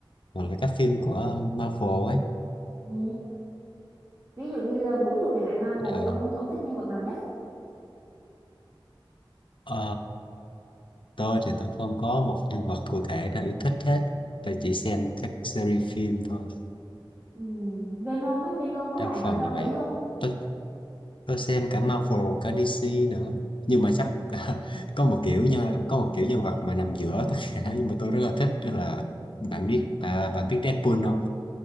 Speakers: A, on the left; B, on the right.
A: còn là các phim của Marvel ấy
B: ừ. ví dụ như vũ trụ điện ảnh Marvel
A: Dạ.
B: thì ông ông thích nhân vật nào nhất
A: Ờ, tôi thì tôi không có một nhân vật cụ thể nào yêu thích hết tôi chỉ xem các series phim thôi
B: ừ. Venom ấy Venom có
A: đa
B: phải nằm
A: phần
B: trong
A: là vậy
B: đấy không
A: tôi tôi xem cả Marvel cả DC nữa nhưng mà chắc <laughs> có một kiểu nha có một kiểu nhân vật mà nằm giữa tất cả nhưng mà tôi rất là thích đó là bạn biết bà bạn biết Deadpool không